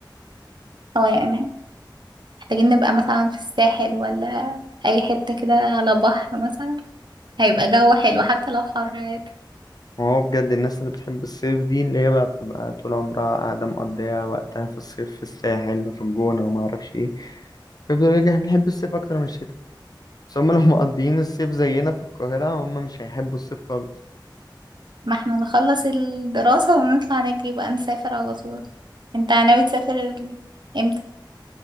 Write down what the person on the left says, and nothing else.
ما هو بجد الناس اللي بتحب الصيف دي اللي هي بقى بتبقى طول عمرها قاعدة مقضية وقتها في الصيف في الساحل وفي الجونة وما اعرفش ايه فيفضلوا يقولوا لك احنا بنحب الصيف اكتر من الشتاء بس هم لو <laughs> مقضيين الصيف زينا في القاهرة هم مش هيحبوا الصيف خالص